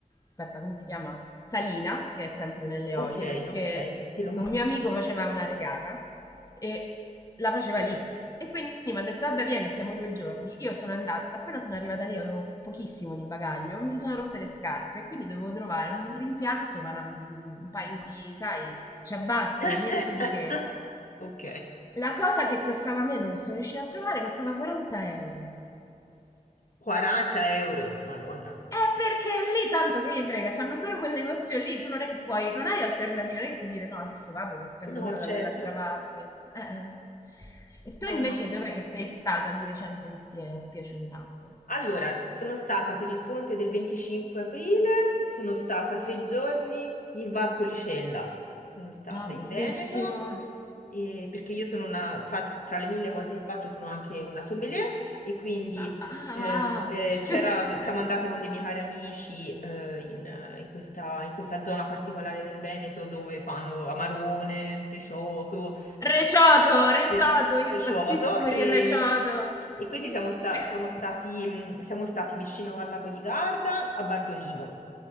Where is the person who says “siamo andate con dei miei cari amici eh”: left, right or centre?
Left